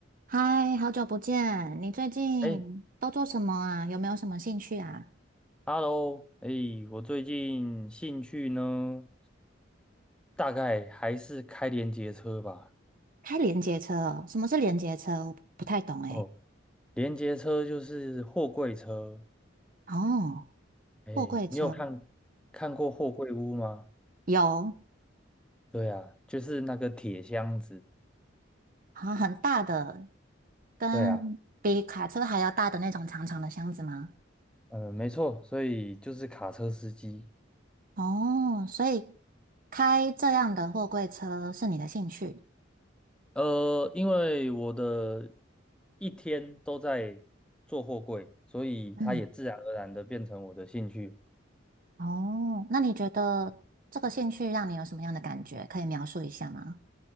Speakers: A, on the right; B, in the centre.
A: 嗨，好久不见！你最近都做什么啊？
B: 哎
A: 有没有什么兴趣啊？
B: ，Hello，哎，我最近兴趣呢，大概还是开连接车吧。
A: 开连接车哦什么是连接车？我不太懂诶。
B: 哦，连接车就是货柜车。
A: 哦，
B: 哎，
A: 货柜车
B: 你有看看过货柜屋吗？
A: 有，
B: 对啊，就是那个铁箱子。
A: 好很大的，跟比卡车还要大的那种长长的箱子吗？
B: 对啊，嗯，没错，所以就是卡车司机。
A: 哦，所以开这样的货柜车是你的兴趣？
B: 呃，因为我的一天都在做货柜，所以它也自然而然的变成我的兴趣。
A: 嗯，哦，那你觉得这个兴趣让你有什么样的感觉？可以描述一下吗？